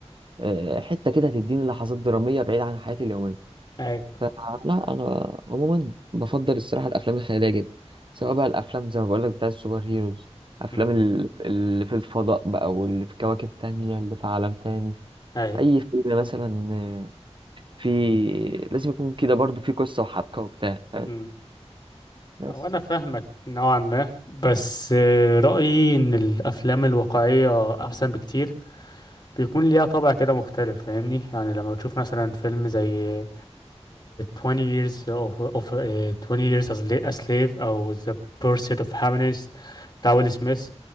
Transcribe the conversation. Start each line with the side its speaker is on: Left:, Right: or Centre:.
Right: آه، حته كده تديني لحظات دراميه بعيده عن حياتي اليوميه
Left: اي
Right: فلا انا عموما بفضل الصراحه الافلام الخياليه جدا سواء بقى الافلام زي ما بقول لك بتاع السوبر هيروز افلام
Left: امم
Right: ال- اللي في الفضاء بقى واللي في كواكب تانية اللي في عالم تاني
Left: اي
Right: اي فيلم مثلا آه، في لازم يكون كده برضو في قصه وحبكه وبتاع فاهم؟
Left: امم
Right: بس
Left: وانا فاهمك نوعا ما بس آه، رأيي ان الافلام الواقعية احسن بكتير بيكون ليها طابع كده مختلف فاهمني يعني لما بتشوف مثلا فيلم زي 20 years of, of آه، 20 years as a slave او The Pursuit of Happiness بتاع ويل سميث